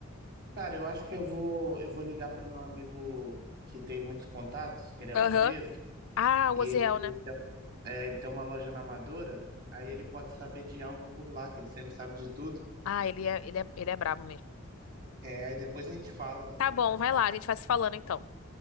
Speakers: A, on the right; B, on the left.
A: Cara, eu acho que eu vou, eu vou ligar pro meu amigo que tem muitos contatos, que ele é
B: Aham.
A: barbeiro,
B: Ah, o
A: e
B: Oziel,
A: ele
B: né?
A: tem, é, ele tem uma loja na Amadora, aí ele pode saber de algo por lá, que ele sempre sabe de tudo.
B: Ah, ele é, ele é, ele é brabo mesmo.
A: É, aí depois a gente fala.
B: Tá bom, vai
A: Tá,
B: lá, a gente vai se falando então.